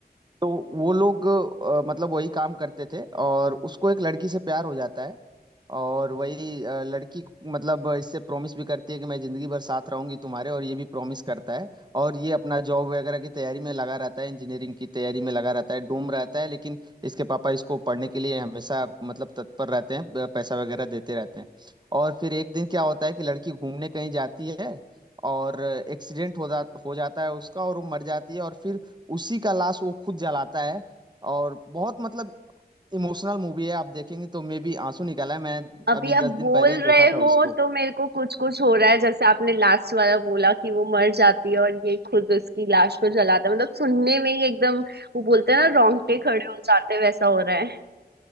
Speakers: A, on the right; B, on the right.
A: तो वो लोग अ, मतलब वही काम करते थे और उसको एक लड़की से प्यार हो जाता है और वही अ, लड़की मतलब इससे प्रॉमिस भी करती है कि मैं जिंदगी भर साथ रहूंगी तुम्हारे और ये भी प्रॉमिस करता है और ये अपना जॉब वगैरह की तैयारी में लगा रहता है इंजीनियरिंग की तैयारी में लगा रहता है डूम रहता है लेकिन इसके पापा इसको पढ़ने के लिए हमेशा मतलब तत्पर रहते हैं प- पैसा वगैरह देते रहते हैं और फिर एक दिन क्या होता है कि लड़की घूमने कहीं जाती है और एक्सीडेंट हो जा हो जाता है उसका और वो मर जाती है और फिर उसी का लाश वो खुद जलाता है और बहुत मतलब इमोशनल मूवी है आप देखेंगे तो मे भी आंसू निकाला है मैं
B: अभी
A: अभी
B: आप
A: दस
B: बोल
A: दिन पहले ही
B: रहे
A: देखा था
B: हो
A: उसको
B: तो मेरे को कुछ कुछ हो रहा है जैसे आपने लास्ट वाला बोला कि वो मर जाती है और ये खुद उसकी लाश को जलाता है मतलब सुनने में ही एकदम वो बोलते हैं ना रोंगटे खड़े हो जाते हैं, वैसा हो रहा है